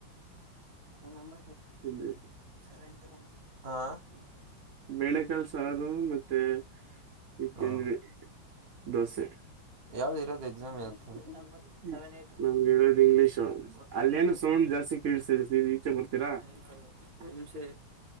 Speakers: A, on the right; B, on the right.
A: ನಂಬ
B: ತಿಂದ್ವಿ
A: ಸ ಹಾ <unintelligible>
B: ಬೆಳೆಕಾಳ್ ಸಾರು ಮತ್ತೆ ಇತ್
A: ಹಾ
B: ತಿಂದಿವಿ ದೋಸೆ
A: ಯಾವ್ದ್ ಇರೋದು ಎಕ್ಸಾಮ್ ಇವತ್ತ
B: ಹ್ಮ್.
A: ಸೆವೆನ್ ಏಟ್
B: ನಮ್ಗೆ ಇರೋದು ಇಂಗ್ಲಿಷು
A: ಫೋರ್ ಫೈವ
B: ಅಲ್ಲೇನು ಸೌಂಡ್ ಜಾಸ್ತಿ ಕೇಳಿಸ್ತಿದೆ ಸೀದಾ ಈಚೆ ಬರ್ತೀರಾ
A: ಫೋರ್ ಫೈವ್ ಒನ್ ನಿಮಷ ಇರಿ